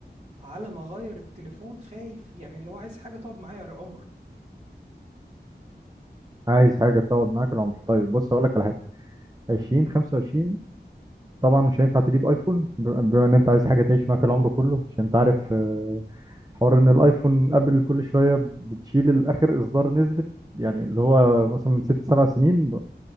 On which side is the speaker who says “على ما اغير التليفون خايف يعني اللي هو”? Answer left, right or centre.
Right